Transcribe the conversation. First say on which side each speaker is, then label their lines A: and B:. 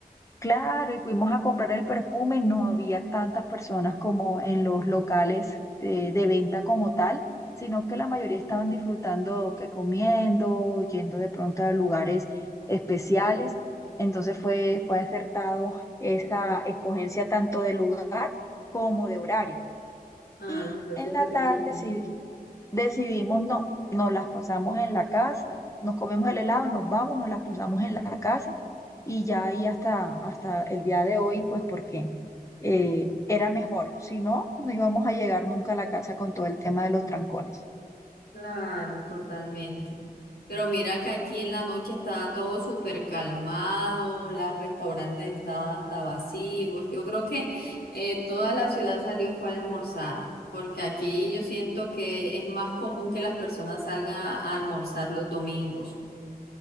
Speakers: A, on the left (about 20°); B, on the left (about 85°).
A: Claro, y fuimos a comprar el perfume, no había tantas personas como en los locales eh, de venta como tal, sino que la mayoría estaban disfrutando que comiendo, yendo de pronto a lugares especiales. Entonces fue, fue acertado esa escogencia tanto de lugar como de horario.
B: Ah,
A: Y
B: les fue
A: en
B: súper
A: la tarde
B: bien.
A: sí Decidimos no, nos las pasamos en la casa, nos comemos el helado, nos vamos, nos las pasamos en la casa y ya ahí hasta, hasta el día de hoy, pues porque eh, era mejor. Si no, no íbamos a llegar nunca a la casa con todo el tema de los trancones.
B: Claro, totalmente. Pero mira que aquí en la noche estaba todo súper calmado, los restaurantes estaban hasta vacíos. Yo creo que eh, toda la ciudad salió fue a almorzar, porque aquí yo siento que es más común que las personas salgan a almorzar los domingos.